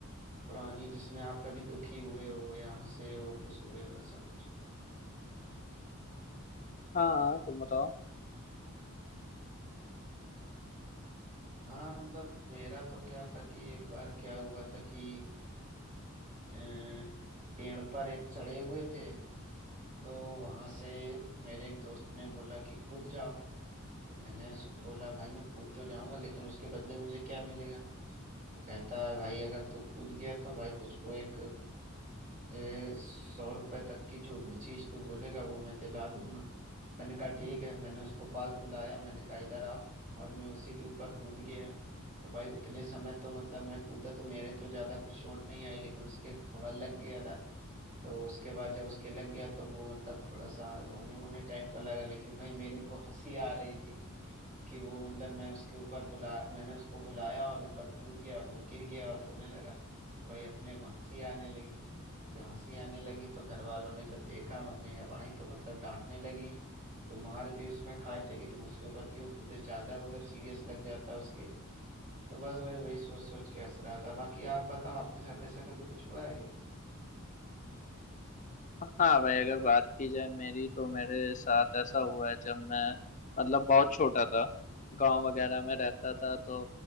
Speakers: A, on the right; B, on the left.
A: पुरानी जिसमें आप कभी दुखी हुए हो या हंसे हो खुश हुए हो ऐसा कुछ
B: हाँ तुम बताओ
A: हाँ मतलब मेरा तो क्या था कि एक बार क्या हुआ था कि अ, पेड़ पर एक चढ़े हुए थे तो वहां से मेरे एक दोस्त ने बोला कि कूद जाओ तो मैंने सो- बोला भाई मैं कूद तो जाऊंगा लेकिन उसके बदले मुझे क्या मिलेगा तो कहता है भाई अगर तू कूद गया तो भाई तुझको एक ए, सौ रुपए तक की जो भी चीज तू बोलेगा वो मैं दिला दूंगा मैंने कहा ठीक है मैंने उसको पास बुलाया मैंने कहा इधर आ और मैं उसी के ऊपर कूद गया तो भाई उतने समय तो मतलब मैं कूदा तो मेरे तो ज्यादा कुछ चोट नहीं आई लेकिन उसके थोड़ा लग गया था तो उसके बाद जब उसके लग गया तो वो मतलब थोड़ा सा रोने वोने टाइप का लगा लेकिन भाई मेरे को हंसी आ रही थी कि वो मतलब मैं उसके ऊपर बुला मैंने उसको बुलाया और ऊपर कूद गया और वो गिर गया और रोने लगा भाई अपने को हंसी आने लगी जब हंसी आने लगी तो घर वालों ने जब देखा मम्मी जब आई तो मतलब डांटने लगी तो मार भी उसमें खाए थे कि तुम उसके ऊपर क्यों कूदे ज्यादा मतलब सीरियस लग जाता उसके तो बस भाई वही सोच सोच के हंस रहा था बाकी आप बताओ आपके साथ ऐसा कभी कुछ हुआ है क्या
B: हाँ भाई अगर बात की जाए मेरी तो मेरे साथ ऐसा हुआ है जब मैं मतलब बहुत छोटा था गांव वगैरह में रहता था तो